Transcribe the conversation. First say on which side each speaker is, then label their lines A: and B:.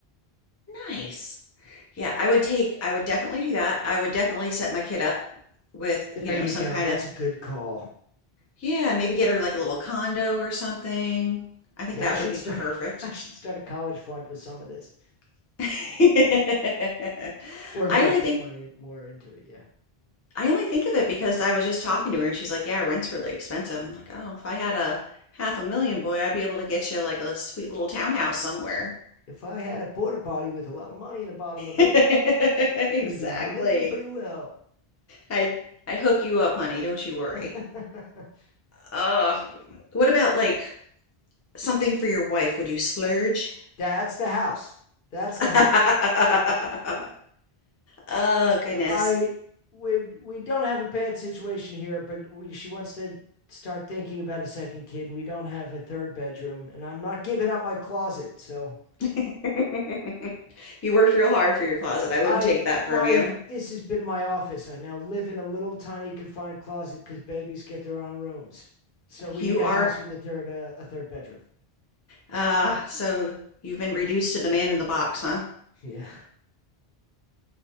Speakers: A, on the left (about 25°); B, on the left (about 60°).
A: Nice. Yeah, I would take, I would definitely do that. I would definitely set my kid up with, you
B: There
A: know,
B: you
A: some
B: go.
A: kind
B: That's
A: of
B: a good call.
A: Yeah, maybe get her like a little condo or something. I think
B: Yeah,
A: that
B: I should
A: would be
B: start
A: perfect.
B: <laughs> I should start a college fund with some of this
A: <laughs> I
B: or or
A: only
B: put
A: think
B: money in, more into it. Yeah.
A: I only think of it because I was just talking to her and she's like, "Yeah, rent's really expensive." I'm like, "Oh, if I had a half a million, boy, I'd be able to get you like a sweet little townhouse somewhere."
B: If I had a porta potty with a lot of money in the bottom of it,
A: <laughs>
B: you could be living pretty
A: Exactly.
B: well.
A: I'd I'd hook you up, honey. Don't you worry.
B: <laughs>
A: Uh, what about like something for your wife? Would you splurge?
B: That's the house. That's the
A: <laughs>
B: house.
A: Oh, goodness.
B: I we we don't have a bad situation here, but we she wants to start thinking about a second kid and we don't have a third bedroom and I'm not giving up my closet. So
A: <laughs> You worked real hard for your closet. I wouldn't
B: I
A: take that
B: my
A: from you.
B: this has been my office. I now live in a little tiny confined closet because babies get their own rooms. So we
A: You
B: need a
A: are,
B: house with a third uh, a third bedroom.
A: uh, so you've been reduced to the man in the box, huh?
B: Yeah,